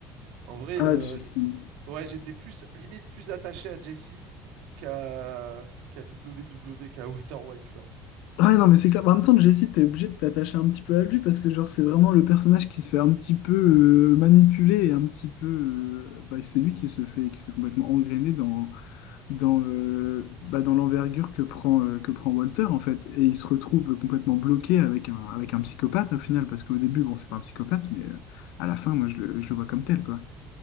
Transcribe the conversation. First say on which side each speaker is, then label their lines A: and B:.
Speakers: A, on the right; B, on the left.
A: En vrai,
B: Ah,
A: euh,
B: Jessie.
A: ouais, j'étais plus, limite plus attaché à Jesse qu'à qu'à W W qu'à Walter White, quoi.
B: Ouais, non, mais c'est clair. Bah, En même temps, Jessie, t'es obligé de t'attacher un petit peu à lui parce que, genre, c'est vraiment le personnage qui se fait un petit peu euh, manipuler et un petit peu. euh, bah, c'est lui qui se fait, qui se fait complètement engrainer dans, dans, euh, bah, dans l'envergure que prend, euh, que prend Walter, en fait. Et il se retrouve complètement bloqué avec un, avec un psychopathe, au final, parce qu'au début, bon, c'est pas un psychopathe, mais euh, à la fin, moi, je le, je le vois comme tel, quoi.